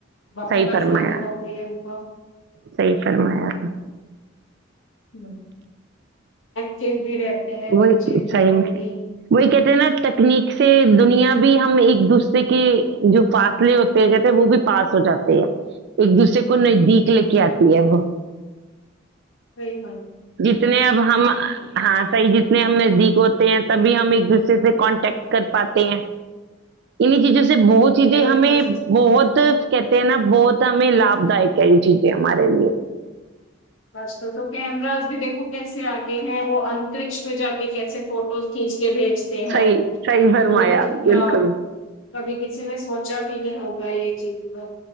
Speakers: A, on the left; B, on the right.
A: بہت
B: صحیح فرمایا
A: آسانی ہو گئی ہے <inaudible>
B: صحیح فرمایا
A: <inaudible> پھر بھی رہتے ہیں
B: وہی
A: بچے بھی
B: صحیح
A: کوئی
B: میں
A: بھی
B: وہی کہتے ہیں نا تکنیک سے دنیا بھی ہم ایک دوسرے کے جو فاصلے ہوتے ہیں کہتے ہیں وہ بھی پاس ہو جاتے ہے ایک دوسرے کو نزدیک لے کے آتی ہے وہ
A: وہی
B: جتنے اب ہم <inaudible> صحیح جتنے ہم نزدیک ہوتے ہیں تبھی ہم ایک دوسرے سے کانٹیکٹ کر پاتے ہیں انہیں چیزوں سے بہت
A: نہیں
B: چیزیں ہمیں
A: نہیں
B: بہت کہتے ہیں نا بہت ہمیں لابھ دائک ہے یہ چیزیں ہمارے لیے
A: آج کل تو کیمراز بھی دیکھو کیسے آگے ہیں وہ اترکش میں جا کے کیسے فوٹوز کھینچ کے بھیجتے
B: صحیح
A: ہیں
B: صحیح
A: تو
B: فرمایا
A: وہ بھی کتنا
B: بالکل
A: کبھی کسی نے سوچا بھی نہیں ہوگا یہ چیز تو